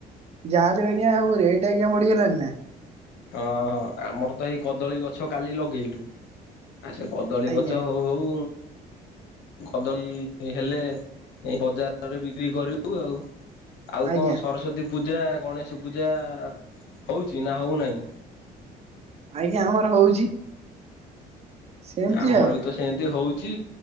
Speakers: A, on the right; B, on the left.
A: ଯା ହେଲେ ଆଜ୍ଞା, ଆଉ ରେଟେ ଆଜ୍ଞା ବଢ଼ି ଗଲାଣିନା
B: ହଁ, ହଁ ଆମର ତ ଏଇ କଦଳୀ ଗଛ କାଲି ଲଗେଇଲୁ। ଆଉ ସେ କଦଳୀ
A: ଆଜ୍ଞା
B: ଗଛ ହଉ ହଉ? କଦଳୀ ହେଲେ ଏ ବଜାରରେ ବିକ୍ରି କରିବୁ ଆଉ। ଆଉ
A: ଆଜ୍ଞା
B: କଣ ସରସ୍ଵତୀ ପୂଜା, ଗଣେଶ ପୂଜା, ହଉଛି ନା ହଉନାହିଁ?
A: ଆଜ୍ଞା ଆମର ହଉଛି। ସେମିତି
B: ଆମର
A: ଆଉ
B: ବି ତ ସେମତି ହଉଛି।